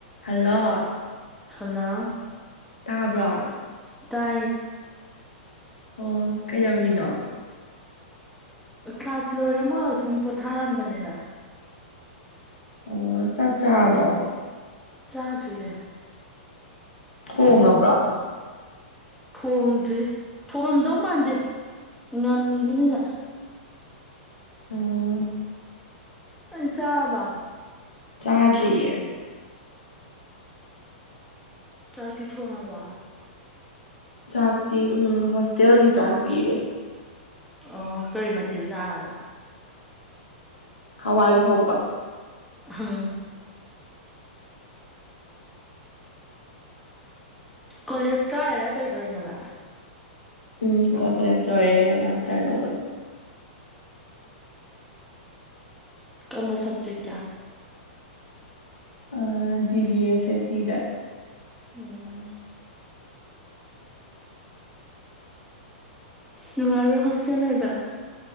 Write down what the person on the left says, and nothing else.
hello
ꯇꯥꯕ꯭ꯔꯣ
ꯑꯣ ꯀꯩꯗꯧꯔꯤꯅꯣ
ꯑꯣ ꯆꯥꯛ ꯆꯥꯕ
ꯍꯣꯡꯉꯕ꯭ꯔꯥ
ꯑꯣ
ꯆꯥꯖꯔꯤꯌꯦ
ꯆꯥꯛꯇꯤ ꯎ ꯍꯣꯁꯇꯦꯜꯒꯤ ꯆꯥꯛ ꯄꯤꯔꯦ
ꯍꯋꯥꯏ ꯊꯣꯛꯄ
ꯎꯝ ꯀꯂꯦꯖ ꯂꯣꯏꯔꯦ ꯃꯥꯇꯔꯗ
ꯑ ꯗꯤꯚ ꯑꯦꯁ ꯑꯦꯁ ꯗ